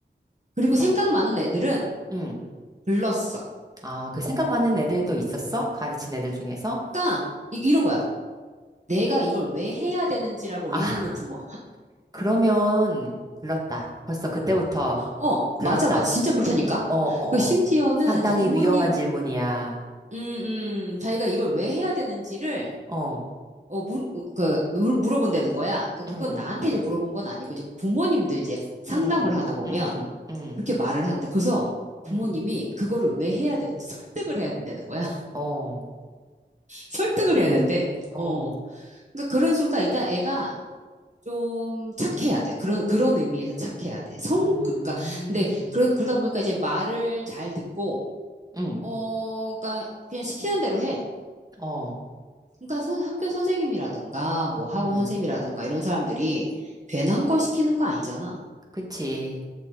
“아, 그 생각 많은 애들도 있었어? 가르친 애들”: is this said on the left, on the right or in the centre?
Right